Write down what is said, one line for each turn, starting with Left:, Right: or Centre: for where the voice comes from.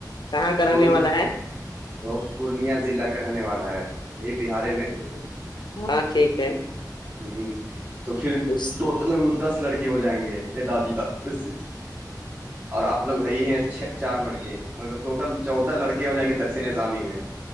Left: کہاں کا رہنے
Right: وہ بھی
Left: والا ہے
Right: وہ پورنیہ ضلع کا رہنے والا ہے یہ بہار
Left: ہ ہاں ٹھیک ہے
Right: ہ تو پھر
Left: اس
Right: ٹوٹل دس لڑکے ہو جائیں گے ا دادی صرف <inaudible> اور آپ لوگ ہے ہیںھ چار لڑکے مگر ٹوٹل چودہ لڑکے ہیں جاے درس نظامی میں